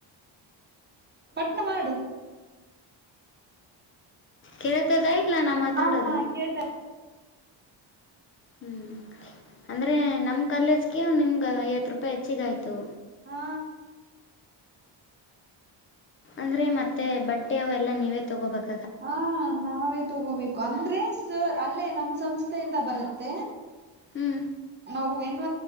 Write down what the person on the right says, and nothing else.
ಪಟ್ನ ಮಾಡಡು.
ಹಾ ಹಾ ಕೇಳ್ತ..
ಹಾ
ಹಾ ನಾವೇ ತಗೋಬೇಕು ಅಂದ್ರೆ ಸ ಅಲ್ಲೇ ನಮ್ಮ್ ಸಂಸ್ಥೆಯಿಂದ ಬರುತ್ತೆ
ನಾವು ಎನ್..